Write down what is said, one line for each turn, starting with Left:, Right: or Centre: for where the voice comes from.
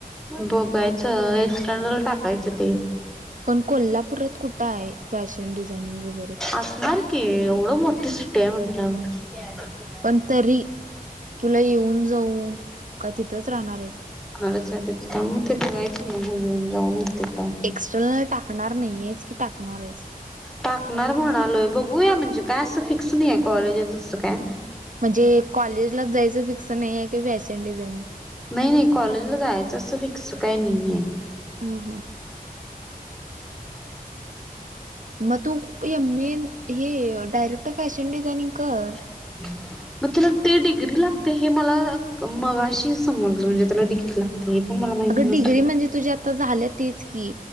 Centre: बघायचं एक्सटरनल टाकायचं ते
Right: पण कोल्हापुरात कुठंय फॅशन डिझायनिंग वगैरे?
Centre: असणार की एवढं मोठ सिटी आहे म्हंटल्यावर
Right: पण तरी तुला येऊन जाऊन का तिथंच राहणार आहेस?
Centre: हालच ते त त्या मग ते बघायचं मग येऊन जाऊन काय.
Right: एक्स्टर्नल टाकणार नाहीेस की टाकणार आहेस?
Centre: टाकणार म्हणालोय बघूया म्हणजे काय असं फिक्स नाही आहे कॉलेजच असं काय
Right: म्हणजे कॉलेजलाच जायचं फिक्सर नाही आहे कि फॅशन डिझायनिंग?
Centre: नाही नाही कॉलेजला जायचं असं फिक्स काही नाहीेये
Right: हमम हम. म तू एम एम ए हे डायरेक्टर फॅशन डिझायनिंग कर
Centre: <inaudible> मग त्याला ते डिग्री लागते हे मला मघाशी समजलं म्हणजे त्याला डिग्री लागते. ते पण मला माहित
Right: अगं
Centre: नव्हतं.
Right: डिग्री म्हणजे तुझ्या आता झाल्या तेच की